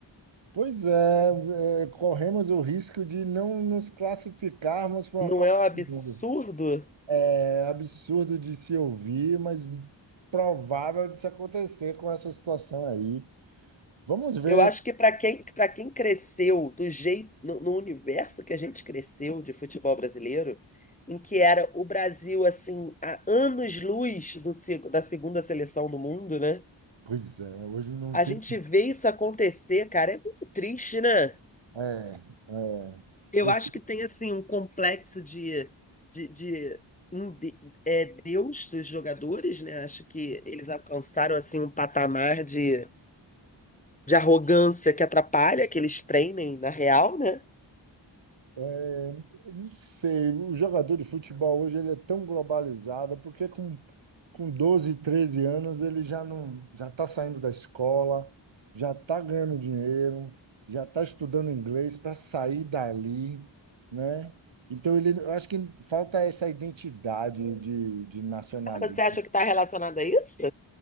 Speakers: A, on the right (about 80°); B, on the left (about 15°).
A: Pois é, é, corremos o risco de não nos classificarmos para uma
B: Não
A: Copa
B: é um absurdo?
A: do Mundo. É absurdo de se ouvir, mas provável de se acontecer com essa situação aí. Vamos ver.
B: Eu acho que para quem, para quem cresceu do jeito, no, no universo que a gente cresceu de futebol brasileiro, em que era o Brasil, assim, a anos-luz do se- da segunda seleção do mundo, né?
A: Pois é, hoje não
B: A
A: tem.
B: gente vê isso acontecer, cara, é muito triste, né?
A: É, é.
B: Eu
A: Eu
B: acho que tem assim um complexo de, de, de, em de- é, Deus dos jogadores, né? Acho que eles alcançaram assim um patamar de, de arrogância que atrapalha que eles treinem na real, né?
A: É, não sei, o jogador de futebol hoje ele é tão globalizado, porque com, com 12 13 anos ele já não já está saindo da escola, já está ganhando dinheiro, já está estudando inglês para sair dali, né? Então ele, eu acho que falta essa identidade de, de nacionalismo.
B: Ah, Você acha que está relacionado a isso?